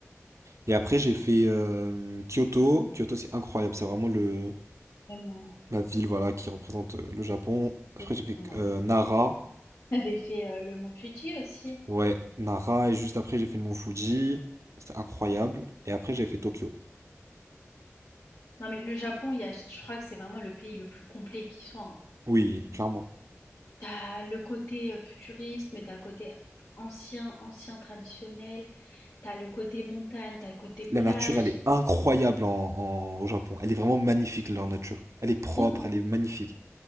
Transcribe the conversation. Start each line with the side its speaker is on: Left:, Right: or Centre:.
Right: Et après j'ai fait euh, Kyoto. Kyoto c'est incroyable, c'est vraiment le,
Left: Vraiment.
Right: la ville voilà, qui représente euh, le Japon. Après
Left: Le Japon,
Right: j'ai fait
Left: ouais.
Right: euh, Nara.
Left: T'avais fait euh, le mont Fuji aussi.
Right: Ouais, Nara. Et juste après j'ai fait le Mont Fuji. C'était incroyable. Et après j'ai fait Tokyo.
Left: Non, mais le Japon, il y a, je crois que c'est vraiment le pays le plus complet qui soit. hein.
Right: Oui, clairement.
Left: T'as le côté euh, futuriste, mais t'as le côté ancien, ancien traditionnel. T'as le côté montagne, t'as le côté plage.
Right: La nature, elle est incroyable en, en- au Japon. Elle est vraiment magnifique, leur nature. Elle est propre,
Left: Vraiment.
Right: elle est magnifique.